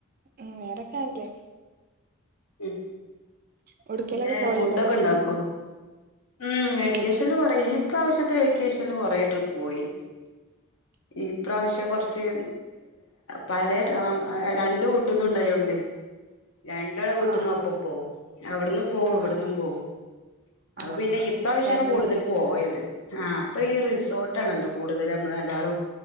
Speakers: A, on the right; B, on the left.
A: ഉം വേറെൊക്കെ <unintelligible>
B: ഉം
A: എവിടക്കേലൊക്കെ
B: പിന്നേ
A: പോവലുണ്ടോ
B: ഫുഡൊക്കെ
A: വെക്കേഷന്
B: ഇണ്ടാക്കോ ഉം വെക്കേഷനിൽ
A: ഫുഡ്
B: കൊറെ ഈ പ്രാവശ്യത്തെ വെക്കേഷനിൽ കൊറെ ട്രിപ്പ് പോയി ഈ പ്രാവശ്യ കൊറച്ച് പലേ രണ്ടു വൂട്ടുന്നും ഉണ്ടായോണ്ടേ രണ്ടാളെ വീട്ടുന്നും
A: ആഹ് ആഹ്
B: ഒപ്പം പോം അവിടുന്നും പോവും
A: ആഹ്
B: ഇവിടുന്നും
A: ആഹ്
B: പോവും
A: ആഹ്
B: ഔ
A: ആഹ്
B: പിന്നെ
A: ആഹ്
B: ഇപ്രാവശ്യാണ്
A: ആഹ് ഫാമിലി
B: കൂടുതൽ
A: ട്രിപ്പല്ലേ
B: പോയത് ഹാ അപ്പൊ ഈ റിസോർട്ടാണല്ലോ
A: ആഹ്
B: കൂടുതൽ അമ്മള് എല്ലാറും